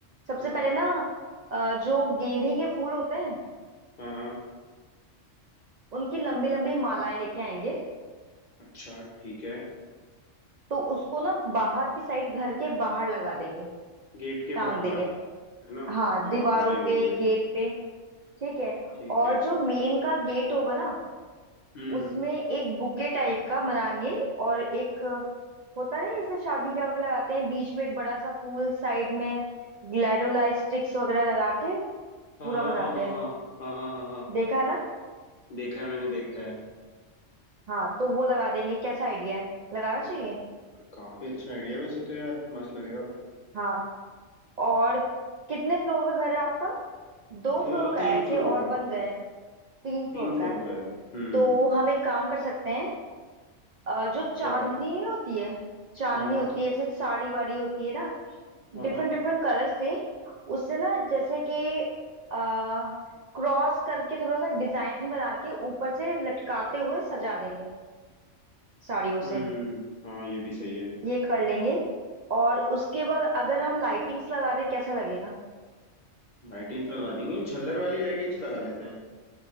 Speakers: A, on the right (about 80°); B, on the left (about 40°).
A: सबसे
B: हाँ
A: पहले ना अ, जो गेंदे के फूल होते हैं
B: हाँ हाँ
A: उनकी लंबी लंबी मालाएं लेके आएंगे
B: अच्छा ठीक है
A: तो उसको ना बाहर की साइड घर के बाहर लगा देंगे
B: गेट के
A: टांग
B: बाहर
A: देंगे
B: है ना
A: हाँ
B: हाँ
A: दीवारों
B: सही बोल
A: पे
B: रही हो
A: गेट पे ठीक है
B: ठीक
A: और
B: है
A: जो मेन का गेट होगा ना
B: हम्म
A: उसमें एक बुके टाइप का बनाएंगे और एक होता नहीं जैसे शादी ब्याह में लगाते हैं बीच में एक बड़ा सा फूल साइड में ग्लैडोलाइट स्टिक्स वगैरह लगा के पूरा
B: हाँ हाँ
A: बनाते
B: हाँ हाँ
A: हैं
B: हाँ हाँ हाँ हाँ हाँ
A: देखा है ना
B: देखा है मैंने देखा है
A: हाँ तो वो लगा देंगे कैसा आइडिया है लगाना चाहिए
B: काफी अच्छा आइडिया वैसे तो यार मस्त लगेगा
A: हाँ और कितने फ्लोर का घर है आपका दो फ्लोर
B: अ,
A: का
B: तीन
A: है कि
B: फ्लोर
A: और
B: का
A: बन गए तीन फ्लोर
B: तीन फ्लोर
A: का है
B: का है हम्म
A: तो हम एक काम कर सकते हैं अ, जो चांदनी
B: क्या
A: नहीं होती है चांदनी
B: हाँ हाँ
A: होती है ऐसे साड़ी वाड़ी होती है ना
B: हाँ
A: डिफरेंट
B: हाँ
A: डिफरेंट कलर से उससे ना जैसे कि आ, क्रॉस करके थोड़ा सा डिजाइन बना के ऊपर से लटकाते हुए सजा देंगे साड़ियों
B: हम्म
A: से
B: हाँ ये भी सही है
A: ये कर लेंगे और उसके बाद अगर हम लाइटिंग्स लगा दें कैसा लगेगा
B: लाइटिंग्स लगा देंगे झल्लर वाली लाइटिंग्स लगा लेते हैं